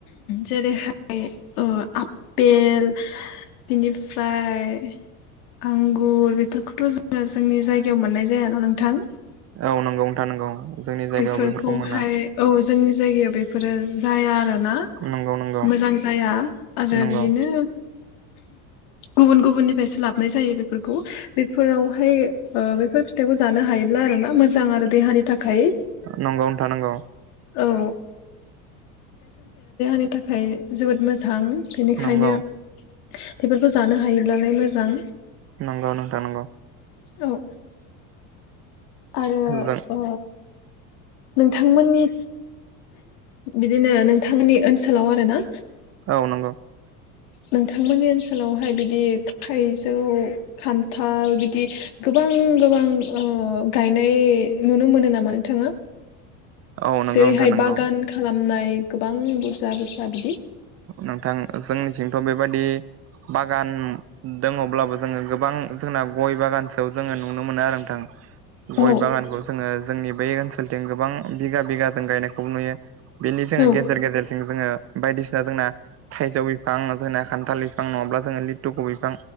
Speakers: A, on the left; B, on the right.
A: जेरैहाय ओ आपेल बिनिफ्राय आंगुर बेफोरखौथ' जो जोंनि जायगायाव मोननाय जायाना नोंथां।
B: औ नंगौ नथा नगौ जोंनि जायगायाव
A: बेफोरखौहाय
B: बेफोरखौ मोना।
A: औ जोंनि जायगायाव बेफोरो जाया आरो। ना
B: नंगौ नंगौ
A: मोजां जाया आरो
B: नंगौ
A: बिदिनो गुबुन गुबुन निफ फायसो लाबनाय जायो बेफोरखौ बेफोरावहाय ओ बेफोर फिथाइखौ जानो हायोब्ला आर ना मोजां आरो देहानिफ थाखाय।
B: नंगौनो थानांगौ।
A: औ नि थाखाय जोबोद मोजां बेनिखायनो
B: नंगौ
A: बेफोरखौ जानो हायोब्लालाय मोजां।
B: नंगौावनोा नांगौ।
A: औ आरो
B: जों
A: ओ नोंथांमोननि बिदिनो नोंथांनि ओनसोलाव आरोना
B: औ नंगौ।
A: नोंथांमोननि ओनसोलावहाय बिदि थाइजौ खान्थाल बिदि गोबां गोबां ओ गायनाय नुनो मोनो नामा नोंथाङा?
B: औ
A: जे
B: नंगौ नोंथां
A: हाय
B: नंगौ
A: बागान खालामनाय गोबां बुरजा बुरजा बिदि
B: नोंथां जोंनिथिंथ' बेबायाददि बागान दङब्लाबो जोङो गोबां जोंना गय बागानसोआव जोङो नुनो मोनो आरो नोंथां। गय
A: औ
B: बागानखौ जोङो जोंनि बै ओनसोलथिं गोबां बिगा बिगाजों गायनायखौबो नुयो। बेलि साया
A: औ
B: गेजेर गेजेरजों जोङो बायदिसिना जोंना थाइजौ बिफां जोंना खान्थाल बिफां नङाब्ला जोङो लिटुखु बिफां